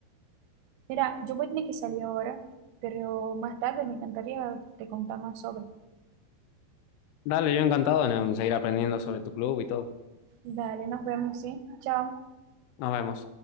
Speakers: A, on the right; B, on the left.
A: Mira, yo voy a tener que salir ahora, pero más tarde me encantaría te contar más sobre.
B: Dale, yo encantado en seguir aprendiendo sobre tu club y todo.
A: Dale, nos vemos, ¿sí? Chao.
B: Nos vemos.